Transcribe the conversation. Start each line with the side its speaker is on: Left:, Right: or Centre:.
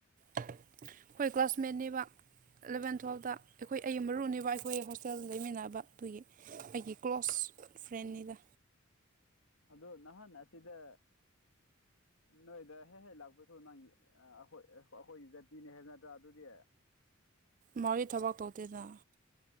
Right: ꯑꯩꯈꯣꯏ ꯀ꯭ꯂꯥꯁꯃꯦꯠꯅꯦꯕ꯫ ꯑꯦꯂꯕꯦꯟ ꯇꯨꯌꯦꯞꯇ ꯑꯩꯈꯣꯏ ꯑꯩ ꯃꯔꯨꯅꯤꯕ ꯑꯩꯈꯣꯏ ꯍꯣꯁꯇꯦꯜꯗ ꯂꯩꯃꯤꯟꯅꯕ ꯑꯗꯨꯒꯤ꯫ ꯑꯩꯒꯤ ꯀ꯭ꯂꯣꯁ ꯐ꯭ꯔꯦꯟꯅꯤꯗ꯫
Left: ꯑꯗꯣ ꯅꯍꯥꯟ ꯑꯁꯤꯗ ꯅꯣꯏꯗ ꯍꯦꯛ ꯍꯦꯛ ꯂꯥꯛꯄꯁꯨ ꯅꯪꯒꯤ ꯑ ꯑꯩꯈꯣꯏ ꯑꯩꯈꯣꯏ ꯖꯥꯇꯤꯅꯦ ꯍꯥꯏꯕ ꯅꯠꯇ꯭ꯔꯥ ꯑꯗꯨꯗꯤ꯫
Right: ꯃꯥꯗꯤ ꯊꯕꯛ ꯇꯧꯗꯦꯗꯅ꯫